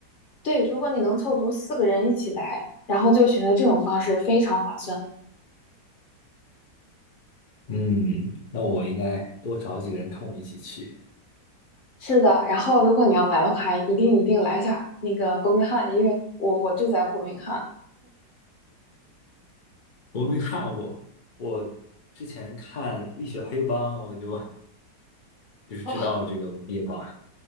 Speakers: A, on the left; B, on the left.
A: 对，如果你能凑足四个人一起来，然后就选择这种方式，非常划算。
B: 嗯，那我应该多找几个人跟我一起去。
A: 是的，然后如果你要来的话，一定一定来一下那个伯明翰，因为我我住在伯明翰。
B: 我没看过，我之前看《浴血黑帮》，我就就是知道这个地方。
A: 哦